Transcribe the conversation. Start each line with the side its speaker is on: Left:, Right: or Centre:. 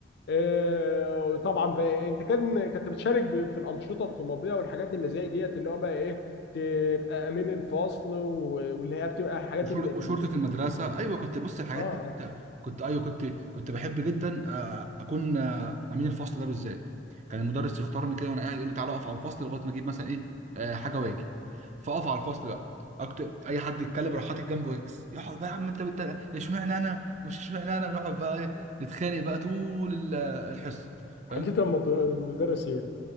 Left: آه، طبعا بقى إيه، انت كان كنت بتشارك ب- في الانشطه الطلابيه والحاجات اللي زي ديت اللي هو بقى ايه تبقى امين الفصل و- واللي هي بتبقى حاجات
Right: وشر-
Left: ان ال-
Right: وشرطه المدرسه ايوه كنت بص الحاجات
Left: اه
Right: دي كنت كنت ايوه كنت كنت بحب جدا آه، اكون آه، امين الفصل ده بالذات كان المدرس يختارني كده وانا قاعد يقول لي تعالى اقف على الفصل لغايه ما اجيب مثلا ايه آه، حاجه واجي فاقف على الفصل بقى اكتب اي حد يتكلم اروح حاطط جنبه اكس يقعد بقى يا عم انت بت- اشمعنى انا مش اشمعنى انا بنقعد بقى إيه، نتخانق بقى طول ال- الحصه
Left: حديث
Right: فاهم.
Left: المد- المدرسين